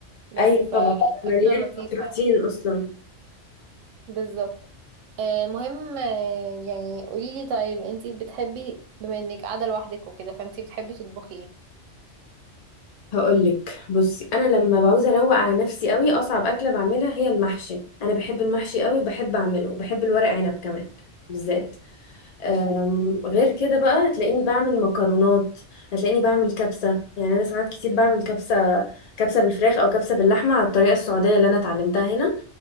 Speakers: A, on the right; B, on the left.
A: بس
B: ايوه
A: فالأكلة
B: طبعا مليان
A: لطيفة
B: بروتين
A: يعني
B: اصلا
A: بالظبط آه، المهم آه، يعني قوليلي طيب انتي بتحبي بما انك قاعدة لوحدك وكده فانتي بتحبي تطبخي ايه؟
B: هقولك بصي انا لما بعوز اروق على نفسي قوي اصعب اكله بعملها هي المحشي انا بحب المحشي قوي وبحب اعمله وبحب الورق عنب كمان بالذات أم، غير كده بقى هتلاقيني بعمل مكرونات هتلاقيني بعمل كبسه يعني انا ساعات كتير بعمل كبسه كبسه بالفراخ او كبسه باللحمه على الطريقه السعوديه اللي انا اتعلمتها هنا